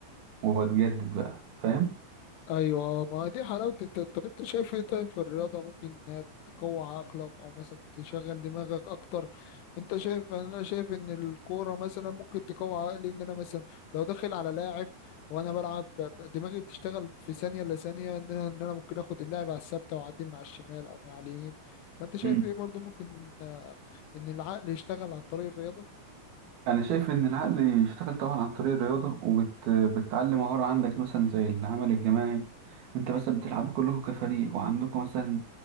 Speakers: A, on the right; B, on the left.
A: وبتجدد بقى فاهم
B: ايوه ما دي حلاوه الت- طب انت شايف ايه طيب في الرياضه ممكن انها تقوي عقلك او مثلا تشغل دماغك اكتر انت شايف انا شايف ان الكوره مثلا ممكن تقوي عقلي ان انا مثلا لو داخل على لاعب وانا بلعب ب- دماغي بتشتغل في ثانيه الا ثانيه ان انا ان انا ممكن اخد اللاعب على الثابته واعدي من على الشمال او من على اليمين فانت شايف
A: مم.
B: ايه برضو ممكن آه، ان العقل يشتغل عن طريق الرياضه
A: انا شايف ان العقل يشتغل طبعا عن طريق الرياضة وبتعلم مهارة عندك مثلا زي العمل الجماعي انت مثلا بتلعبوا كلكم كفريق وعندكم مثلا